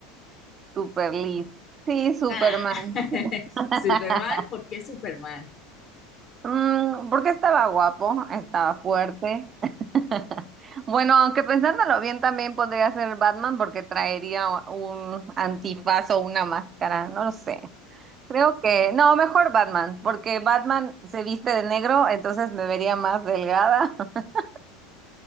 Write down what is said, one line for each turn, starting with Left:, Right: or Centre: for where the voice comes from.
Right: super list. Sí, Superman.
Left: Ah, <laughs>
Right: <laughs>
Left: Superman, ¿por qué Superman?
Right: Mm, porque estaba guapo, estaba fuerte. <laughs> Bueno, aunque pensándolo bien, también podría ser Batman porque traería un antifaz o una máscara, no lo sé. Creo que, no, mejor Batman, porque Batman se viste de negro, entonces me vería más delgada <laughs>